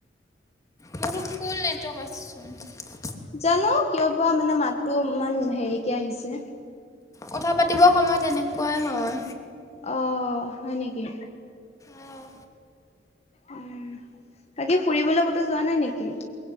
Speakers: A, on the left; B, on the left.
A: মোৰতো ফুল নেটৱৰ্ক আছেচোন।
B: জানো কিয় বা মানে মাততো ইমান হেৰিকে আহিছে।
A: কথা পাতিব সময়ত এনেকুৱাই হয়।
B: অ, হয় নেকি?
A: অঁ
B: উম, বাকি ফুৰিবলৈ ক'তো যোৱা নাই নেকি?